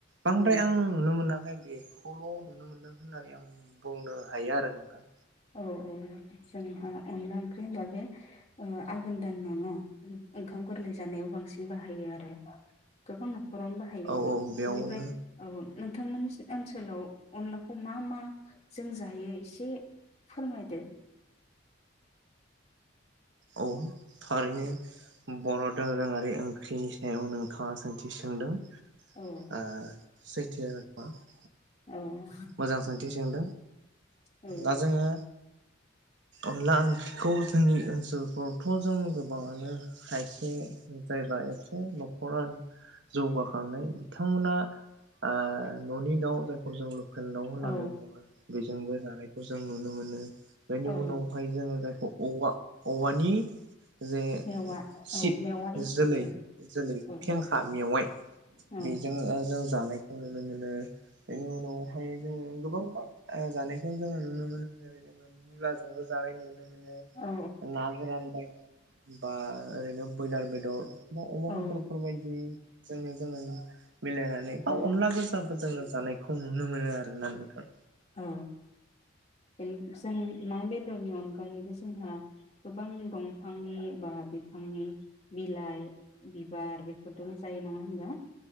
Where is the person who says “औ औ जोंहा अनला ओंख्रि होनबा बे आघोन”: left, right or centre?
Left